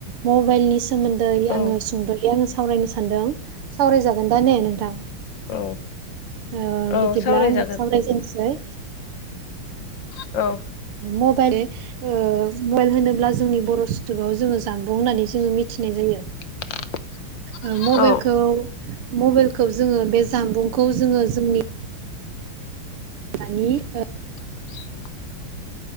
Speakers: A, on the right (about 80°); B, on the left (about 65°).
A: मबेलनि सोमोन्दै
B: औ
A: आङो सुंद'यै यै आङो सावरायनो सानदों सावरायजागोन दा ने नोंथां।
B: औ।
A: आ
B: औ
A: बिदिब्ला
B: सावरायजागोन
A: आंङो सावरायजेननोसै
B: औ।
A: मबेल ओ मबेल होनोब्ला जोंनि बर' सुथुबाव जोङो जानबुं होननानै जोङो मिथिनाय जायो। यो।
B: <inaudible>
A: ओ मबेलखौ
B: औ
A: मबेलखौ जोङो बे जामबुंखौ जोङो जोंनि नानि ओ।
B: <inaudible>